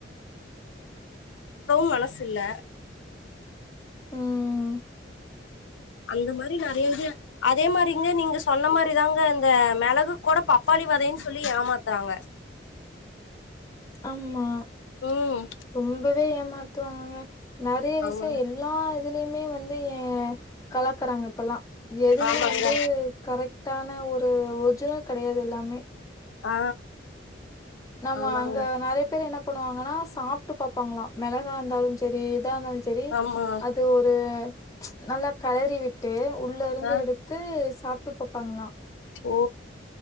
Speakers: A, on the left; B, on the left.
A: அப்பவு மனசு இல்ல
B: ம்
A: அந்த மாரி நெறையா இது அதே மாரி இங்க நீங்க சொன்ன மாரிதாங்க இந்த மெளகு குட பப்பாளி வெதைன் சொல்லி ஏமாத்றாங்க
B: அம்மா
A: ம்
B: ரொம்பவே ஏமாத்துவாங்கக நெறைய விஷய
A: ஆமாங்க
B: எல் லா இதுலயுமே வந்து ஏ கலக்குறாங்க இப்பெல்லா எதுமே
A: ஆமாங்க
B: வந்து கரெட்டான ஒரு ஒரிஜினல் கெடையாது எல்லாமே
A: ஆ
B: நம்ம
A: ஆமாங்க
B: அங்க நெறைய பேரு என்ன பண்ணுவாங்கனா சாப்ட்டு பாப்பாங்களா மெளகா இருந்தாலு செரி இதா இருந்தாலு செ செரி
A: ஆமா
B: அது ஒரு நல்லா களறி விட்டு உள்ள இருந்து
A: ஆ
B: எடுத் து சாப்ட்டு பாப்பாங்களா
A: ஓ